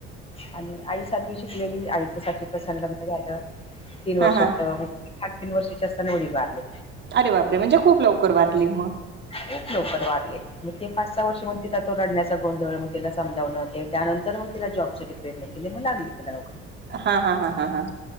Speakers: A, on the left (about 20°); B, on the right (about 40°).
A: आणि आई सातवी शिकलेली आईच्या साठी दुसरं सलग्न झालं तीन वर्षात
B: हा हा
A: अ म्हण साडे तीन वर्षाची असताना वडील वारले.
B: अरे बाप रे म्हणजे खूप लवकर वारले मग.
A: खूप लवकर वारले. मग ते पाच सहा वर्ष मग ति तो रडण्याचा गोंधळ मग तिला समजावन त्यानंतर मग ति जॉब साठी पर्यंत केले मग लागली तिला नोकरी.
B: हा हा हा हा हा